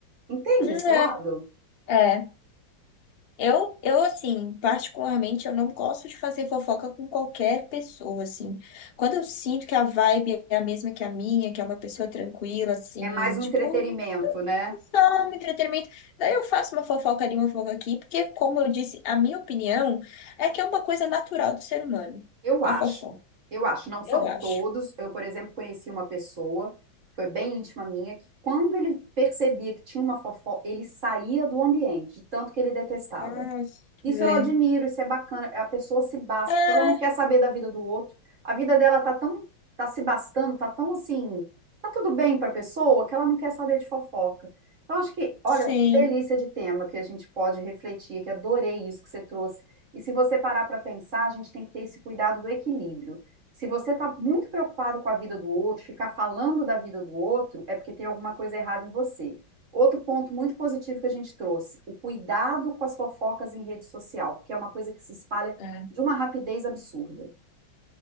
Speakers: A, on the right; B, on the left.
A: Entende
B: Hum,
A: esse lado?
B: É, é. Eu, eu, assim, particularmente, eu não gosto de fazer fofoca com qualquer pessoa, assim. Quando eu sinto que a vibe é a mesma que a minha, que é uma pessoa tranquila, assim,
A: É mais um
B: tipo,
A: entretenimento, né?
B: só um entretenimento. Daí eu faço uma fofoca ali, uma fofoca aqui, porque, como eu disse, a minha opinião é que é uma coisa natural do ser humano,
A: Eu
B: a
A: acho,
B: fofoca.
A: eu acho, não são
B: Eu acho.
A: todos. Eu, por exemplo, conheci uma pessoa, foi bem íntima minha, que quando ele percebia que tinha uma fofoca, ele saía do ambiente, de tanto que ele detestava.
B: Ah, deixa
A: Isso
B: eu ver.
A: eu admiro, isso é bacana. A pessoa se basta,
B: Ah,
A: tipo, ela não quer saber da vida do outro. A vida dela tá tão, tá se bastando, tá tão assim, tá tudo bem pra pessoa que ela não quer saber de fofoca. Então acho que, olha,
B: sim.
A: que delícia de tema que a gente pode refletir, que adorei isso que você trouxe. E se você parar pra pensar, a gente tem que ter esse cuidado do equilíbrio. Se você tá muito preocupado com a vida do outro, ficar falando da vida do outro, é porque tem alguma coisa errada em você. Outro ponto muito positivo que a gente trouxe, o cuidado com as fofocas em rede social, porque é uma coisa que se espalha
B: É.
A: de uma rapidez absurda.